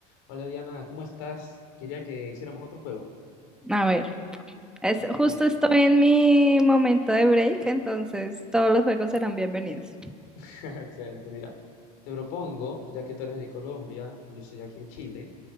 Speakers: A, on the left; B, in the centre.
A: Hola Diana, ¿cómo estás? Quería que hiciéramos otro juego.
B: A ver, es, justo
A: Mira,
B: estoy en mi momento de break, entonces todos los juegos serán bienvenidos.
A: <laughs> excelente, mira. Te propongo, ya que tú eres de Colombia y yo soy aquí de Chile,